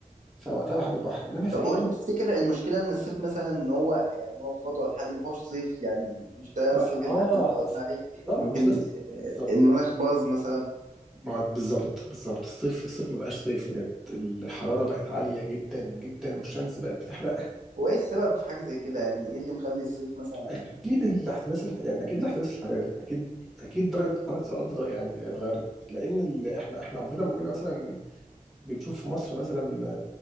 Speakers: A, in the centre; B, on the right.
A: فوقتها بحب البحر انما في
B: طب
A: ايام
B: هو انت تفتكر المشكله ان الصيف مثلا ان هو يعني هو في وضعه الحالي ما هوش صيف يعني مش ده
A: بقى
B: الصيف اللي
A: اه
B: احنا متعودين
A: بس
B: عليه
A: بالظبط
B: يمكن
A: مش ده بالظبط
B: آه، المناخ باظ مثلا
A: ما هو بالظبط بالظبط الصيف الصيف ما بقاش صيف بجد الحراره بقت عاليه جدا جدا والشمس بقت بتحرق
B: هو ايه السبب في حاجه زي كده يعني ايه اللي مخلي الصيف مثلا
A: اكيد الاحتباس الح... يعني اكيد الاحتباس الحراري اكيد اكيد درجه حراره الارض اتغ- يعني اتغيرت لان ال... احنا احنا عمرنا ما كنا مثلا بنشوف في مصر مثلا